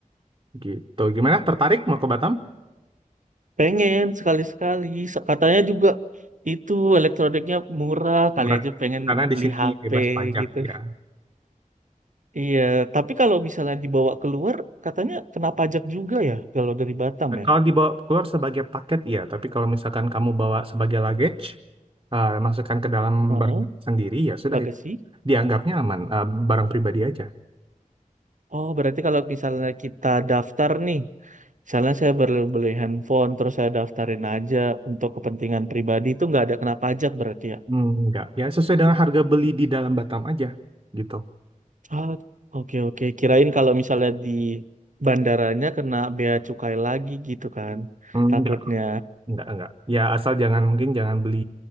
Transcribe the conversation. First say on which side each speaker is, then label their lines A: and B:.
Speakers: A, on the right; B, on the right.
A: Gitu. Gimana? Tertarik mau ke Batam?
B: Pengen sekali-sekali. Se- Katanya juga itu elektroniknya murah. Kali
A: Ber-
B: aja pengen
A: Karena di
B: beli
A: sini
B: HP
A: bebas pajak
B: gitu.
A: ya.
B: Iya, tapi kalau misalnya dibawa keluar, katanya kena pajak juga ya kalau dari Batam
A: Nah,
B: ya.
A: Kalau dibawa keluar sebagai paket ya, tapi kalau misalkan kamu bawa sebagai luggage, eh, masukkan ke dalam
B: Heeh,
A: barang sendiri ya sudah
B: bagasi.
A: itu dianggapnya aman, eh, barang pribadi aja.
B: Oh, berarti kalau misalnya kita daftar nih, misalnya saya baru beli handphone, terus saya daftarin aja untuk kepentingan pribadi itu nggak ada kena pajak berarti ya.
A: Hmm, enggak, ya sesuai dengan harga beli di dalam Batam aja gitu.
B: Ah, oke oke. Kirain kalau misalnya di bandaranya kena bea cukai lagi gitu kan.
A: Hmm,
B: Takutnya.
A: enggak, enggak, enggak. Ya asal jangan mungkin jangan beli